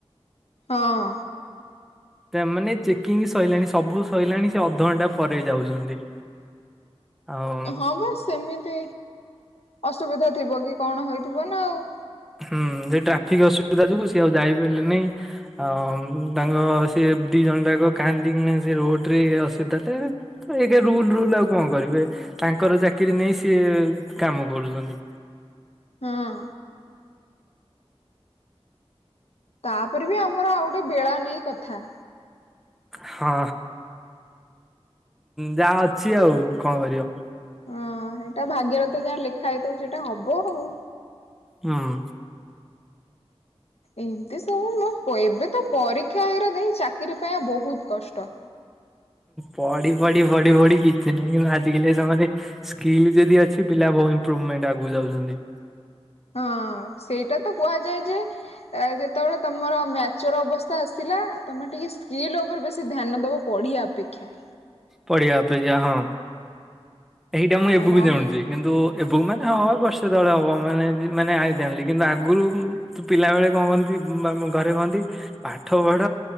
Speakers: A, on the left; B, in the centre.
A: ହଁ।
B: ମାନେ ଚେକିଂ ସରିଲାଣି ସବୁ ସରିଲାଣି ସେ ଅଧଘଣ୍ଟା ପରେ ଯାଉଛନ୍ତି। ଆଉ
A: ହଁ ବାସ ସେମିତି ଅସୁବିଧା ଥିବ କି କଣ ହେଇଥିବ ନା ଆଉ।
B: ହୁଁ ସେ ଟ୍ରାଫିକ୍ ଅସୁବିଧା ଯୋଗୁ ସିଏ ଆଉ ଯାଇପାରିଲେ ନାଇଁ। ଆଉ ତାଙ୍କ ସେ ଦି ଜଣ ଯାକ କାନ୍ଦନ୍ତି କିନା ସେ ରୋଡ ରେ ଅସୁବିଧା। ଏକା ରୁଲ ରୁଲ ଆଉ କଣ କରିବେ ତାଙ୍କର ଚାକିରି ନେଇ ସିଏ କାମ କରୁଛନ୍ତି।
A: ହଁ। ତାପରେ ବି ଆମର ଆଉ ଗୋଟେ ବେଳା ନେଇ କଥା।
B: ହଁ ଯାହା ଅଛି ଆଉ କଣ କରିବ।
A: ହଁ ସେଇଟା ଭାଗ୍ୟରେଥ ଯାହା ଲେଖା ହେଇଥିବ ସେଇଟା ହବ ହଉ।
B: ହଁ।
A: ଏମତି ସବୁ ଏବେ ତ ପରୀକ୍ଷା ହେରା ଦେଇ ଚାକିରରି ପାଇଁ ବହୁତ କଷ୍ଟ।
B: ପଢି ପଢି ପଢି ପଢି କିଛି ନାହିଁ କିୁ ଆଜିକାେ ସେମାନେ ସ୍କିଲ୍ ଯଦି ଅଛି ପିଲା ବହୁ ଇମ୍ପ୍ରୁଭମେଣ୍ଟ ଆଗକୁ ଯାଉଛନ୍ତି।
A: ହଁ ସେଇଟା ତ କୁହାଯାଏ ଯେ ଏ ଯେତେବେଳେ ତମର ମ୍ୟାଚର ଅବସ୍ଥା ଆସିଲା ତମେ ଟିକେ ସ୍କିଲ୍ ଉପରେ ବେଶୀ ଧ୍ୟାନ ଦବ। ପଢ଼ିବା ଅପେକ୍ଷା
B: ପଢିବା ଅପେକ୍ଷା ହଁ ଏଇଟା ମୁଁ
A: ଆ
B: ଏବେବକୁ
A: ନହେ
B: ଜାୁଛି କିନ୍ତୁ ଏବେୁକୁ ମାନେ ହବ ବର୍ଷେ ତଳେ ହବ ମାନେ ମାନେ ଆଇ ଜାଣିଲି କିନ୍ତୁ ଆଗରୁ ତ ପିଲା ବେଳେ କଣ କହନ୍ତି ଘରେ କହନ୍ତି ପାଠ ପଢ